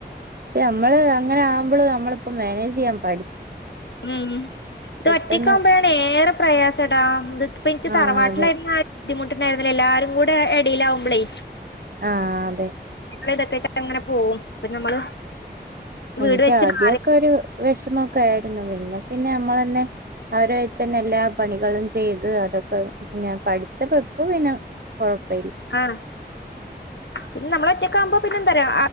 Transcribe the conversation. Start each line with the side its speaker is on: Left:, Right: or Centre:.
Right: നമ്മള് അങ്ങനെ ആവുമ്പോള് നമ്മളിപ്പ മാനേജ് ചെയ്യാൻ പ
Left: ആന ഇത്
Right: പെട്ടെന്ന്
Left: ഒറ്റിക്കാവുമ്പോഴാണ് ഏറെ പ്രയാസം എടാ ഇപ്പോ എനിക്ക്
Right: ആഹ്
Left: തറവാട്ടിലായിുന്ന
Right: അതെ
Left: ബുദ്ധിമുട്ടുണ്ടായിരുന്നേ എല്ലാരും കൂടെ ഇടയിലാവുമ്പളേ
Right: ആഹ അതെ
Left: ന ഇതൊക്കെട്ട് അങ്ങനെ പോകവും ഇ നമ്മള് വീട്
Right: എനിക്ക്
Left: വെച്ച്
Right: ആദ്യമൊക്കെ
Left: മാറി
Right: ഒരു വിഷമൊക്കെ ആയിരുന്നു പിന്നെ പിന്നെ നമ്മള തന്നെ അവര വെച്ചന്നെ എല്ലാ പണികളും ചെയ്തു അതൊക്കെ ഞാൻ പഠിച്ച പപ്പ പിന്നെ കുഴപ്പ
Left: ആ പിന്നെ നമ്മള ഒറ്റക്കെ ആകുമ്പോ പിന്നെ എന്താ പറയാ